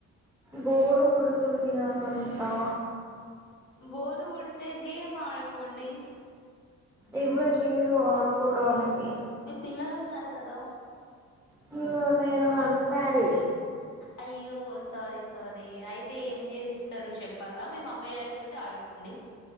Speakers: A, in the centre; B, on the left.
A: బోరు కొడుతుంది నాకంతా
B: బోరు కొడితే గేమ్ ఆడుకోండి
A: ఎవ్వరులేరు ఆడుకోడానికి
B: మీ పిల్లలు ఉన్నారు కదా
A: హు నిను అన్ మరిీడ్
B: అయ్యో సారీ సారీ అయితే ఏం చేసిస్తారు చెప్ ప్పల్ల మీ మమ్మీ డాడీ తోటి ఆడుకోండి